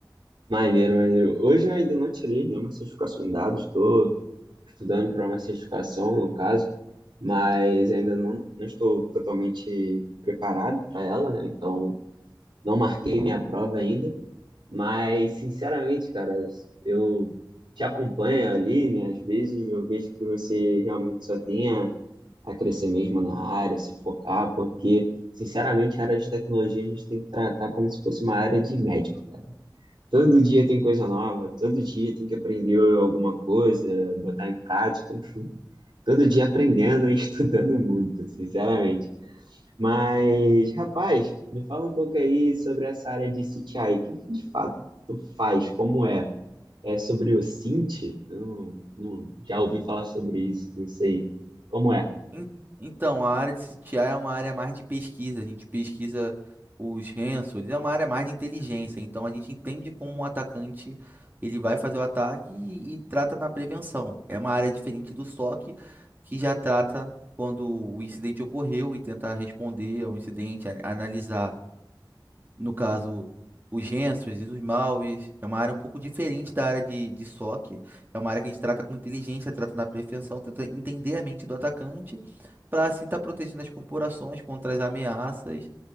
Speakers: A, on the right (about 65°); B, on the right (about 25°).
A: Maneiro, maneiro. Hoje eu ainda não tirei nenhuma certificação em dados, estou estudando para uma certificação, no caso, mas ainda não, não estou totalmente preparado para ela, né? Então, não marquei minha prova ainda, mas, sinceramente, cara, eu te acompanho ali, né? Às vezes eu vejo que você realmente só tem a crescer mesmo na área, se focar, porque, sinceramente, a área de tecnologia a gente tem que tratar como se fosse uma área de médico, cara. Todo dia tem coisa nova, todo dia tem que aprender alguma coisa, botar em prática, enfim. Todo dia aprendendo e <laughs> estudando muito, sinceramente. Mas, rapaz, me fala um pouco aí sobre essa área de CTI. O que que de fato tu faz? Como é? É sobre o cint? Não, não, já ouvi falar sobre isso, não sei como é.
B: En- Então, a área de CTI é uma área mais de pesquisa. A gente pesquisa os sensores, é uma área mais de inteligência. Então, a gente entende como o atacante ele vai fazer o ataque e, e trata na prevenção. É uma área diferente do SOC, que já trata quando o incidente ocorreu e tenta responder ao incidente, an- analisar no caso, os Gensers e os Malves, é uma área um pouco diferente da área de, de SOC. É uma área que a gente trata com inteligência, trata na prevenção, tenta entender a mente do atacante, para assim estar protegendo as corporações contra as ameaças.